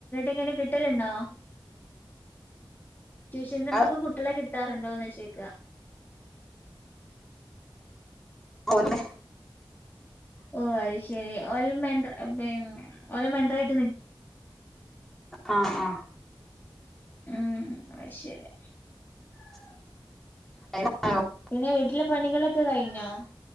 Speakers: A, on the left; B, in the centre.
A: ങ്ങനെ കിട്ടല്ണ്ടോ ട്യഷൻ സെന്റർ
B: ആഹ്
A: കുട്ടിളെ കിട്ടാറുണ്ടോന്ന് ചോയിക്കാ
B: <unintelligible>
A: ഓ അഹ് ശരി ഒല് മെൻ്ര പിന്ന ഓല് മെന്റർ യി
B: ആ ആഹ്
A: ഉം അയി ശരി
B: <inaudible>
A: പിന്നെ വീട്ടിലെ പണികളൊക്കെ കഴിഞ്ഞോ